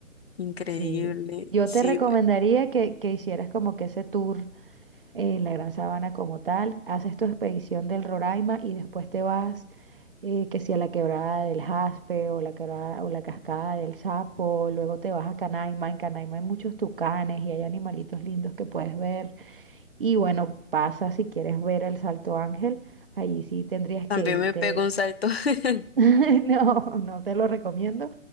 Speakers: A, on the left; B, on the right.
A: Increíble.
B: Sí. Yo
A: Sí,
B: te recomendaría
A: pues.
B: que, que hicieras como que ese tour eh, la Gran Sabana como tal, haces tu expedición del Roraima y después te vas, eh, que si a la quebrada del Jaspe o la quebrada o la cascada del Sapo, luego te vas a Canaima, en Canaima hay muchos tucanes y hay animalitos lindos que puedes ver y bueno, pasa si quieres ver el Salto Ángel, allí sí tendrías
A: También
B: que irte,
A: me pego un salto. <laughs>
B: <laughs> no, no te lo recomiendo,